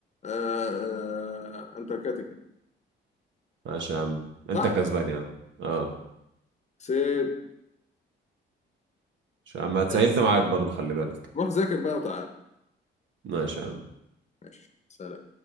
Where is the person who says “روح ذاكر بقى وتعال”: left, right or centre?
Left